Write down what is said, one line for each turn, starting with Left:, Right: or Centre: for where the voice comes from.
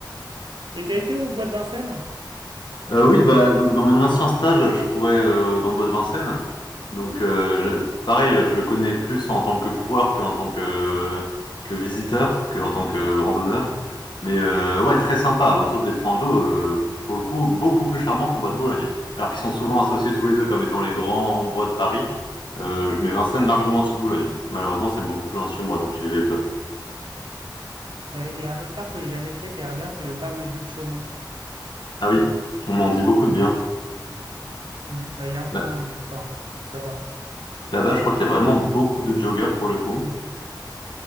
Right: Et t'as été au bois de Vincennes?
Left: Euh, oui, bah, dans mon ancien stage, je courais euh, dans le bois de Vincennes. Donc, euh, je- pareil, je le connais plus en tant que coureur qu'en tant que, que visiteur, qu'en tant que randonneur. Mais euh, ouais, très sympa, autour des points d'eau, euh, pour le coup, beaucoup plus charmant que le bois de Boulogne. Alors qu'ils sont souvent associés tous les deux comme étant les grands bois de Paris. Euh, je mets Vincennes largement en dessous de Boulogne. Malheureusement, c'est beaucoup plus loin de chez moi, donc j'y vais peu.
Right: Ouais. Il y a un autre parc que j'ai jamais fait qui a l'air bien. C'est le parc des Buttes de Chaumont.
Left: Ah oui, on m'en dit beaucoup de bien.
Right: Hmm. Ouais, il est un peu
Left: Là-
Right: loin, lui. Enfin, ça va.
Left: Là-bas, je crois qu'il y a vraiment beaucoup de joggeurs pour le coup.